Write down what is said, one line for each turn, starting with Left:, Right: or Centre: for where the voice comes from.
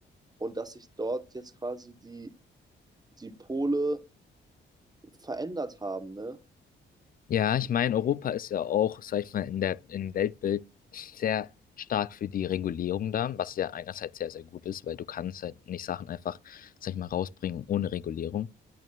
Right: und dass sich dort jetzt quasi die die Pole verändert haben, ne?
Left: ja, ich meine, Europa ist ja auch, sag ich mal, in der, im Weltbild sehr stark für die Regulierung da, was ja einerseits sehr, sehr gut ist, weil du kannst halt nicht Sachen einfach, sag ich mal, rausbringen ohne Regulierung.